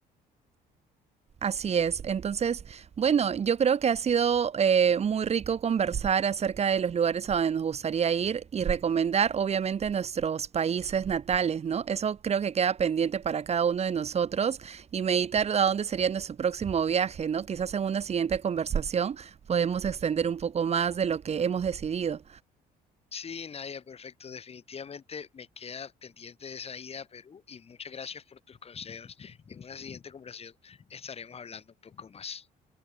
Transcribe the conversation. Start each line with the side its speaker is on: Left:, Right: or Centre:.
Right: Así es. Entonces, bueno, yo creo que ha sido eh, muy rico conversar acerca de los lugares a donde nos gustaría ir y recomendar, obviamente, nuestros países natales, ¿no? Eso creo que queda pendiente para cada uno de nosotros y meditar a dónde sería nuestro próximo viaje, ¿no? Quizás en una siguiente conversación podemos extender un poco más de lo que hemos decidido.
Left: Sí, Nadia, perfecto. Definitivamente me queda pendiente de esa ida a Perú y muchas gracias por tus consejos. En una siguiente conversación estaremos hablando un poco más.